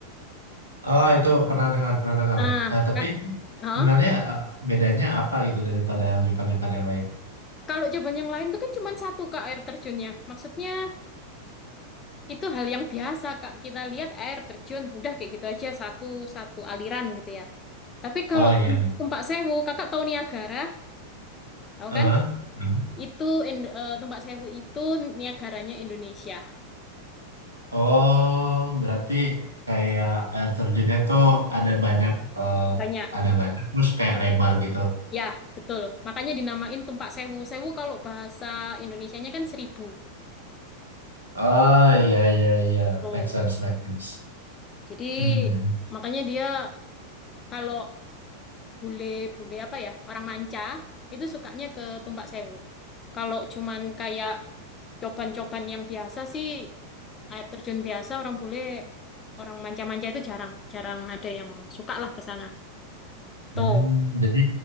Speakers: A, on the left; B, on the left.
A: Oh, itu pernah dengar, pernah dengar.
B: Nah,
A: Nah, tapi
B: Kak,
A: itu
B: hah?
A: sebenarnya eh, bedanya apa gitu daripada yang Jepang-Jepang yang lain?
B: kalau coban yang lain itu kan cuma satu Kak air terjunnya. Maksudnya itu hal yang biasa Kak. Kita lihat air terjun, udah kayak gitu aja satu satu aliran gitu ya. Tapi kalau
A: Oh iya.
B: Tumpak Sewu, Kakak tahu Niagara, tahu
A: Heeh.
B: kan?
A: Hmm.
B: Itu In- eh, Tumpak Sewu itu Niagaranya Indonesia.
A: Oh, berarti kayak air terjunnya tuh ada banyak, eh,
B: Banyak.
A: ada banyak terus kayak lebar gitu.
B: Ya, betul. Makanya dinamain Tumpak Sewu. Sewu kalau bahasa Indonesianya kan seribu.
A: Oh iya iya iya,
B: Tuh.
A: make sense, make sense.
B: Jadi
A: Hmm.
B: makanya dia Kalau bule-bule apa ya, orang manca, itu sukanya ke Tumpak Sewu. Kalau cuman kayak coban-coban yang biasa sih, air terjun biasa, orang bule, orang manca-manca itu jarang, jarang ada yang suka lah ke sana.
A: Hmm,
B: Tuh,
A: jadi